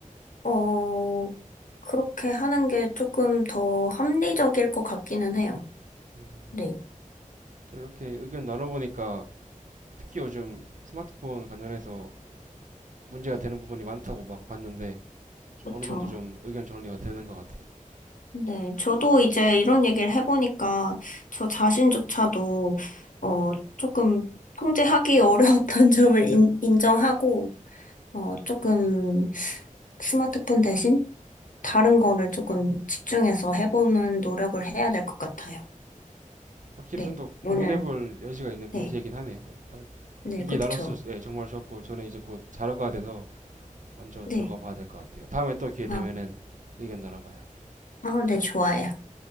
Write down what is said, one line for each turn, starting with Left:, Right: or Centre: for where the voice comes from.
Left: 어, 그렇게 하는 게 조금 더 합리적일 것 같기는 해요.
Right: 음,
Left: 네.
Right: 또 이렇게 의견 나눠보니까 특히 요즘 스마트폰 관련해서 문제가 되는 부분이 많다고 막 봤는데
Left: 그렇죠.
Right: 어느 정도 좀 의견 정리가 되는 것 같아요.
Left: 네, 저도 이제 이런 얘기를 해보니까 저 자신조차도 어 조금 통제하기 어려웠던 <laughs> 점을 인, 인정하고 어 조금 스마트폰 대신 다른 거를 조금 집중해서 해보는 노력을 해야 될 것 같아요.
Right: 확실히
Left: 네,
Right: 좀 더
Left: 오늘
Right: 고민해볼 여지가 있는
Left: 네,
Right: 문제이긴 하네요. 일단
Left: 네,
Right: 이게
Left: 그쵸.
Right: 나눴을 때 정말 좋았고 저는 이제 곧 자료가 돼서 먼저
Left: 네,
Right: 들어가 봐야 될 것 같아요. 다음에 또 기회 되면은
Left: 아,
Right: 의견 나눠봐요.
Left: 아, 네, 좋아요.